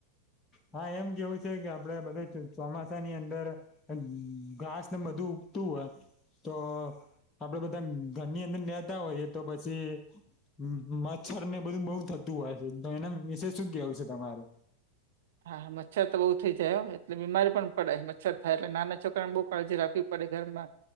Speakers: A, on the left; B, on the right.
A: હા! એમ કેવું છે કે, આપડે બધા ચોમાસાની અંદર. એમ ઘાસ ને બદ્દુ ઉગતું હોય. તો આપડે બધા ઘરની અંદર નેતા હોઈએ તો પછી. હું મચ્છર ને બધું બહુ થતું હોય છે. તો એના વિશે શું કેવું છે તમારું?
B: હા મચ્છર તો બહુ થઈ જાય. એટલે બીમારી પણ પડે. મચ્છર થાય એટલે નાના છોકરા ને બહુ કાળજી રાખી. પડે ઘરમાં